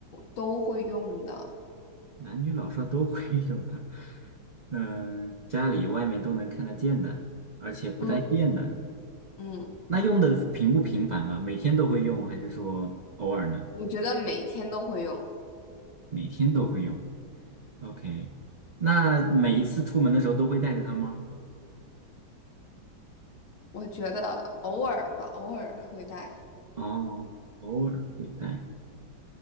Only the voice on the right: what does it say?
<laughs> 男女老少都会有的，嗯，家里外面都能看得见的，而且不带电的。
那用的频不频繁啊？每天都会用，还是说偶尔呢？
每天都会用。OK，那每一次出门的时候都会带着它吗？
哦，偶尔会带，